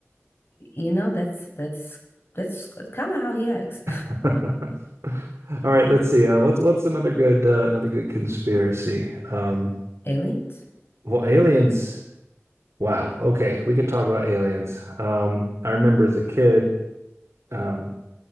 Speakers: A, on the left; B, on the right.
A: You know, that's that's that's kind of how he acts.
B: <laughs> All right, let's see. Uh, what's what's another good uh, another good conspiracy?
A: <laughs>
B: Um,
A: Aliens?
B: well, aliens. Wow. Okay, we could talk about aliens. Um, I remember as a kid, um,